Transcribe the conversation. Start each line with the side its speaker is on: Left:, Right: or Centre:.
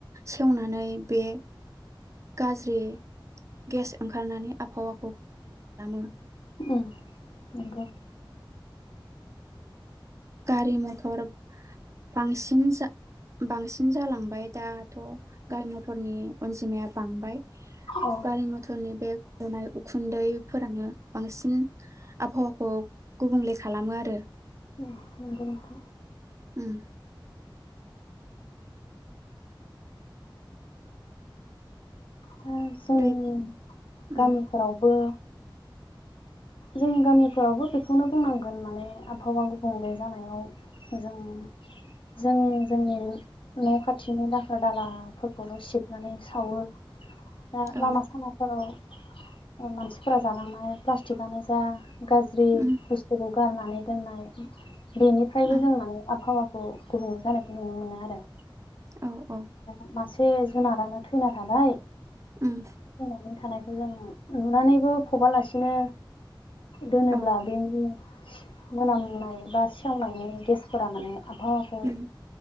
Right: सेवनानै बे गाज्रि गेस ओंखारनानै आबहावाखौ खालामो।
Left: उम नंगौ।
Right: गारि मथर बांसिन जा बांसिन जालांबाय दाथ' गारि मथरनि अनजिमाया बांबाय।
Left: औ
Right: गारि मथरनि बे गनाय उखुन्दैफोरानो बांसिन आबहावाखौ गुबुंले खालामो आरो।
Left: नंगौ नोंथां।
Right: उम।
Left: दा जोंनि
Right: दै उम
Left: गामिफोरावबो जों गामिफोरावबो बेखौनो बुंनांगोन माने आबहावा गुबुंले जानायाव जों जों जोंनि न' खाथिनि दाखोर दालाफोरखौल' सिबनानै सावो। दा
Right: औ
Left: लामा सामाफोराव मानसिफोरा जालांनाय प्लास्टिक आनो जा गाज्रि
Right: उम
Left: बुस्थुखौ गारनानै दोननाय बेनिफ्रायबो
Right: उम
Left: जों माने आबहावा खौ गुबुंले जानायखौ नुनो मोनो आरो।
Right: औ। औ
Left: <unintelligible> एसे जुनारानो थैना थाबाय।
Right: उम।
Left: थैनानै थानायखौ जों नुनानैबो फबालासिनो दोनोब्ला
Right: औ
Left: बेनि मोनामनाय बा सेवनायनि गेसफोरा माने आबहावाखौ
Right: उम